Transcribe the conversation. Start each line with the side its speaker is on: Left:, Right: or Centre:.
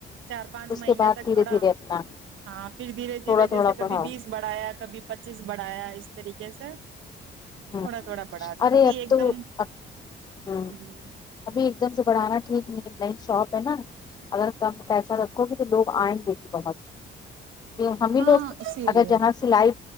Right: چار پانچ
Left: اس
Right: مہینے
Left: کے بعد
Right: تک
Left: دھیرے
Right: تھوڑا
Left: دھیرے
Right: ہاں
Left: اپنا
Right: پھر دھیرے دھیرے
Left: تھوڑا تھوڑا
Right: جیسے کبھی
Left: پڑھاؤ
Right: بیس بڑھایا کبھی پچیس بڑھایا اس طریقے سے
Left: ہ
Right: تھوڑا تھوڑا بڑا دوں
Left: ارے
Right: ابھی
Left: اب
Right: ایک
Left: تو
Right: دم مم
Left: اب ہوں ابھی ایک دم سے بڑھانا ٹھیک نہیں نئی شاپ ہے نا اگر کم پیسہ تو لوگ آئیں گے بھی بہت کہ ہمیں
Right: ہاں
Left: لوگ
Right: اسی
Left: اگر
Right: لیے
Left: جہاں سلائی